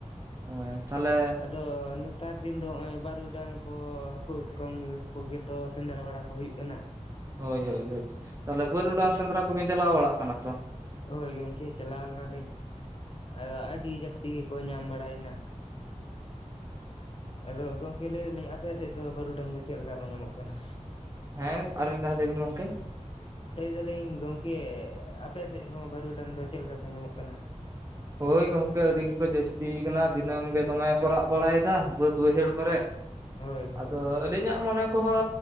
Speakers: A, on the right; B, on the left.
A: <unintelligible> ᱛᱟᱦᱚᱞᱮ
B: ᱟᱫᱚ ᱱᱤᱛᱟᱨ ᱫᱤᱱ ᱫᱚ ᱱᱚᱜᱼᱚᱭ ᱵᱟᱹᱨᱩᱰᱟᱝ ᱠᱚ ᱦᱟᱹᱠᱩ ᱠᱟᱴᱠᱚᱢ ᱠᱚᱜᱮ ᱛᱚ ᱥᱮᱸᱫᱽᱨᱟ ᱵᱟᱲᱟ ᱠᱚ ᱦᱩᱭᱩᱜ ᱠᱟᱱᱟ ᱾
A: ᱦᱳᱭ ᱦᱳᱭ ᱦᱳᱭ ᱛᱟᱦᱚᱞᱮ ᱵᱟᱹᱨᱩᱰᱟᱝ ᱥᱮᱸᱫᱽᱨᱟ ᱠᱚᱵᱤᱱ ᱪᱟᱞᱟᱣ ᱵᱟᱲᱟᱜ ᱠᱟᱱᱟ ᱛᱚ᱾
B: ᱦᱳᱭ ᱜᱚᱢᱠᱮ ᱪᱟᱞᱟᱣ ᱞᱮᱱᱟᱞᱤᱧ ᱟᱫᱚ ᱟᱹᱰᱤ ᱡᱟᱹᱥᱛᱤ ᱜᱮᱠᱚ ᱧᱟᱢ ᱵᱟᱲᱟᱭᱮᱱᱟ᱾ ᱟᱫᱚ ᱜᱚᱢᱠᱮ ᱞᱟᱹᱭ ᱮᱫᱟᱞᱤᱧ ᱟᱯᱮ ᱥᱮᱫ ᱫᱚ ᱵᱟᱹᱨᱩᱰᱟᱝ ᱫᱚ ᱪᱮᱫ ᱞᱮᱠᱟ ᱠᱚ ᱧᱟᱢᱚᱜ ᱠᱟᱱᱟ?
A: ᱦᱮᱸ ᱟᱨ ᱢᱤᱫ ᱫᱷᱟᱣ ᱞᱟᱹᱭ ᱵᱤᱱ ᱜᱚᱝᱠᱮ
B: ᱞᱟᱹᱭ ᱮᱫᱟᱞᱤᱧ ᱜᱚᱢᱠᱮ ᱟᱯᱮ ᱥᱮᱫ ᱦᱚᱸ ᱵᱟᱹᱨᱩᱰᱟᱝ ᱫᱚ ᱪᱮᱫ ᱞᱮᱠᱟ ᱠᱚ ᱧᱟᱢᱚᱜ ᱠᱟᱱᱟ? ‌
A: ᱦᱳᱭ ᱜᱚᱢᱠᱮ ᱟᱹᱰᱤ ᱜᱮᱠᱚ ᱡᱟᱹᱥᱛᱤ ᱠᱟᱱᱟ ᱫᱤᱱᱟᱹᱢ ᱜᱮ ᱫᱚᱢᱮ ᱠᱚ ᱨᱟᱜ ᱵᱟᱲᱟᱭᱮᱫᱟ ᱵᱟᱹᱫ ᱵᱟᱹᱭᱦᱟᱹᱲ ᱠᱚᱨᱮ,
B: ᱦᱳᱭ ᱦᱳᱭ
A: ᱟᱫᱚ ᱟᱹᱞᱤᱧᱟᱜ ᱢᱚᱱᱮ ᱠᱚᱦᱚᱸ